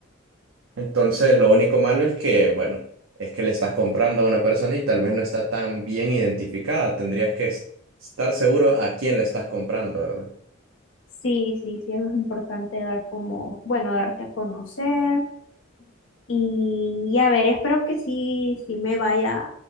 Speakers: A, on the right (about 70°); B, on the left (about 65°).
A: Entonces, lo único malo es que, bueno, es que le estás comprando a una persona y tal vez no está tan bien identificada. Tendrías que es- estar seguro a quién le estás comprando, ¿verdad?
B: Sí, sí, sí, es importante dar como, bueno, darte a conocer y, y a ver, espero que sí, sí me vaya,